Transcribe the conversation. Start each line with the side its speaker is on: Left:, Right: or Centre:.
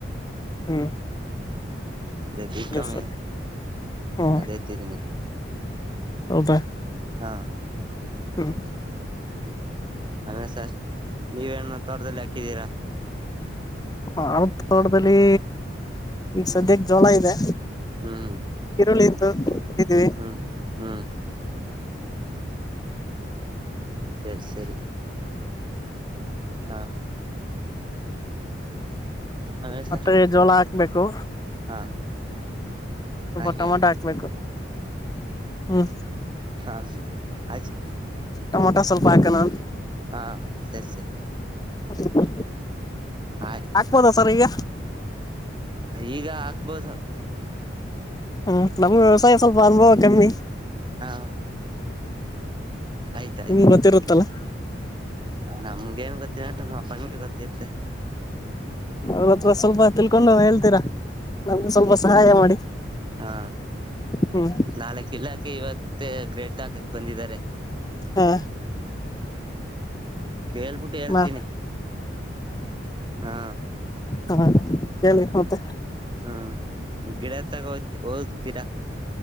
Left: ಹೂ
Right: ಅದೇ ಬಿಕಮ್ಮೇ
Left: ಸರಿ ಹ್ಮ್
Right: ಅದೇತಿದೀನಿ
Left: ಹೌದಾ
Right: ಹಾ
Left: ಹಂ
Right: ಆಮೇ ಸರ್ ನೀವೇನು ತೋಟದಲ್ಲಿ ಹಾಕಿದ್ದೀರಾ
Left: ಹ ಆ ತೋಡದಲ್ಲಿ ಈಗ
Right: ಹ್ಮ್
Left: ಸದ್ಯಕ್ಕೆ ಜೋಳ ಇದೆ
Right: ಹ್ಮ್
Left: ಈರುಳ್ಳಿ ಇತ್ತು ಕೊಟ್ಟಿದ್ದೀವಿ
Right: ಹ ಹಾ ಸರಿ ಸರಿ ಹಾ ಆಮೇಲೆ
Left: ಮತ್ತೆ
Right: ಸರ್
Left: ಜೋಳ ಹಾಕ್ಬೇಕು
Right: ಹಾ
Left: ಸ್ವಲ್ಪ
Right: ಹಾಗೆ
Left: ಟೊಮಾಟೋ
Right: ಹಾಗೆ
Left: ಹಾಕ್ಬೇಕು ಹ್ಮ್
Right: ಹಾಂ ಆಯ್ತು
Left: ಟಮೊಟ ಸ್ವಲ್ಪ ಹಾಕಣ ಅಂತ
Right: ಹಾಂ ಸರಿ ಸರಿ
Left: ಹ
Right: ಆಯ್
Left: ಹಪ್ಪೋದಾ ಸರ್ ಈಗ
Right: ಈಗ ಹಾಕ್ಬೋದು
Left: ಹ್ಮ್ ನಮ್ ವ್ಯವಸಾಯ ಸ್ವಲ್ಪ ಅನುಭವ ಕಮ್ಮಿ
Right: ಹಾ ಆ ಆಯ್ತು
Left: ನಿಮ್ಗ್ ಗೊತ್ತಿರುತ್ತಲ್ಲ
Right: ನಮ್ಗೆ ಏನ್ ಗೊತ್ತಿನ ನ ಬಣಿಗೆ ಗೊತ್ತರ್ತೆೆ
Left: ಅವತ್ರ ಸ್ವಲ್ಪ ತಿಳ್ಕೊಂಡು ಹೇಳ್ತೀರಾ ನಮಗೆ ಸ್ವಲ್ಪ ಸಹಾಯ ಮಾಡಿ
Right: ಹಾ
Left: ಹ್ಮ್
Right: ನಾಲ್ಕ ಇಲಾಕೆ ಇವತ್ತ ಗ್ರೇಟ್ ಹಾಕಕ್ ಬಂದಿದ್ದಾರೆ
Left: ಹಾ
Right: ಕೇಳ್ಬಿಟ್ಟು ಹೇಳ್ತೀನಿ
Left: ಮಾ
Right: ಹಾ
Left: ಹಾ ಕೇಳಿ ಮತ್ತೆ
Right: ಹಾ ಗಿಡತ್ತಾಗ ಹೋ್ ಹೋಗದ್ತೀರಾ